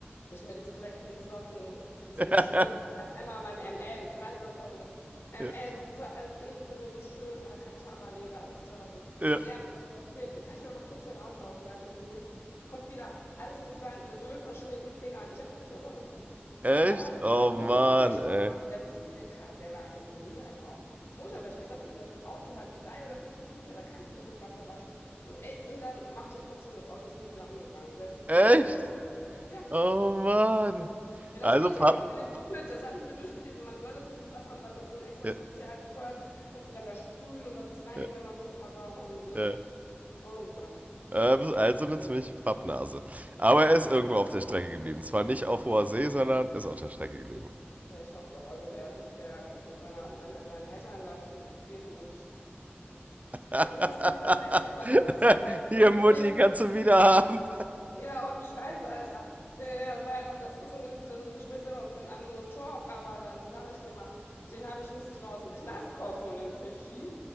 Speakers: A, on the left; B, on the right.
A: Nicht mehr diese dreckigen Socken, diese
B: ja,
A: beschmierten. Ich hatte einmal mein ML, gerade neues Auto, ne? ML,
B: ja,
A: so voll alles innen drin, so schön, Alcantara-Leder, alles teuer und so.
B: ja.
A: Und er mit seinen verschmierten, kann ich mir mal kurz dein Auto ausleihen? Ich so, hm. Kommt wieder, alles mit seinen äh, ölverschmierten Fingern. Ich habe das nicht mehr sauber gekriegt, ne?
B: Echt?
A: Und dann hat er
B: Oh
A: noch Motorwäsche
B: Mann, ey.
A: gemacht, der Physiker, der war Ingenieur ja auch. Motorwäsche. Ich sagte ihm, das Auto hat drei oder vier Computer, da kannst du nicht mit Wasser waschen. Und, ey, und dann macht er trotzdem, das Auto ist nie wieder angegangen. Selbst die von
B: Echt?
A: Mercedes. Ja.
B: Oh Mann.
A: Ja, da
B: Also
A: steht
B: Papp.
A: ja extra in dem Booklet, das habe ich mir durchgelesen, man soll das nicht mit Wasser und da ist so ein extra
B: Ja,
A: Spezialzeug, was die dann da sprühen, um das zu reinigen,
B: ja,
A: wenn man Motor mal sauber machen will. So.
B: ja.
A: Oh Gott.
B: Äh, bist Also eine ziemliche Pappnase. Aber er ist irgendwo auf der Strecke geblieben. Zwar nicht auf hoher See, sondern ist auf der Strecke geblieben.
A: Ja, ich hoffe doch. Also der ist jetzt der mit seiner, mit seinen Eltern, da habe ich den abgegeben und
B: <laughs>
A: muss ihn tatsächlich, aber das ist vielleicht
B: Hier,
A: ein
B: Mutti,
A: Gespräch.
B: kannst du wieder haben.
A: Ja, ohne Scheiße, Alter. Äh, das war ja noch, das ist ein, ein Gesprächsthema für einen anderen Talk, aber dann sage ich dir mal, den habe ich, musste ich noch aus dem Knast rausholen in Fidschi.